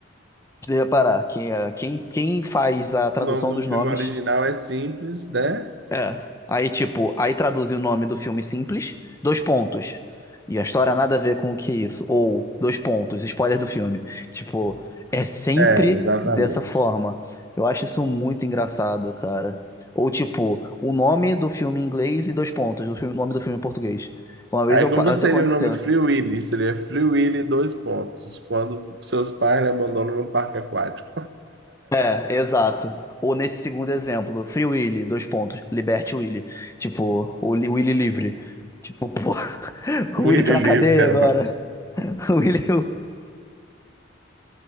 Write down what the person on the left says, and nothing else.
Se você reparar, quem, é- quem, quem faz a tradução
dos nomes
é. Aí, tipo, aí traduz o nome do filme simples, dois pontos. E a história nada a ver com o que é isso. Ou, dois pontos, spoiler do filme. Tipo, é sempre
dessa forma. Eu acho isso muito engraçado, cara. Ou, tipo, o nome do filme em inglês e dois pontos, o filme- o nome do filme em português. Uma vez
eu,
pa-
isso aconteceu.
É, exato. Ou nesse segundo exemplo, Free Willy, dois pontos, liberte o Willy. Tipo, o Li- o Willy livre. Tipo, pô,
<laughs> o Willy tá na
cadeia
agora.
<laughs> O Willy.